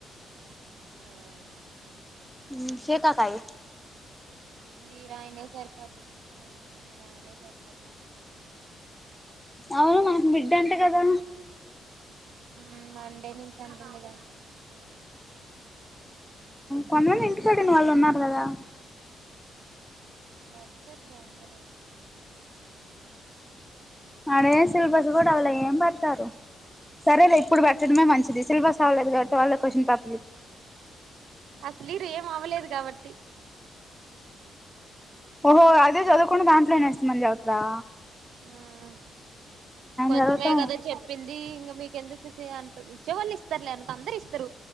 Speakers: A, on the right (about 75°); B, in the centre.
A: మ్
B: మ్ శికాకాయ్
A: ఈ రాయినే సరిపోతది ఆ రాయినే సరిపోతది
B: అవును మనకు మిడ్ అంట కదా
A: మ్ మండే నుంచి అంటుంది కదా
B: కొంతమంది ఇంటికెళ్ళినా ఇగా వాళ్ళు ఉన్నారు కదా
A: వస్తారు లే అందరూ
B: అదే సిలబస్ కూడా అవలే ఏం పెడతారు సరేలే ఇప్పుడు పెట్టడమే మంచిది సిలబస్ అవ్వలేదు కాబట్టి వాళ్లే క్వశ్చన్ పేపర్
A: అసలు ఈడ ఏం అవలేదు కాబట్టి
B: ఓహో అదే చదువుకొని దాంట్లోనే <unintelligible> చెప్తావా
A: ఉమ్ కొంచమే
B: చదువుతాం
A: కదా చెప్పింది ఇంక మీకెందుకు తీ అంటది ఇచ్చేవాళ్ళు ఇస్తారులే అందరు ఇస్తారు